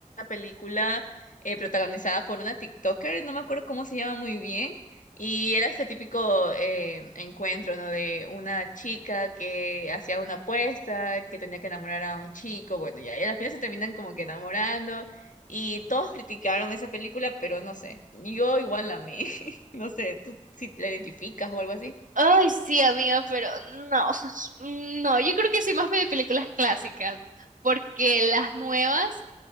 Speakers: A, on the left; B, on the right.
A: película eh, protagonizada por una TikToker, no me acuerdo cómo se llama muy bien, y era este típico eh, encuentro, ¿no? De una chica que hacía una apuesta, que tenía que enamorar a un chico, bueno, ya, y al final se terminan como que enamorando, y todos criticaron esa película, pero no sé, yo igual la amé. No sé, tú si te la identificas o algo así.
B: Ay, sí, amiga, pero no, <laughs> no, yo creo que soy más de películas clásicas, porque las nuevas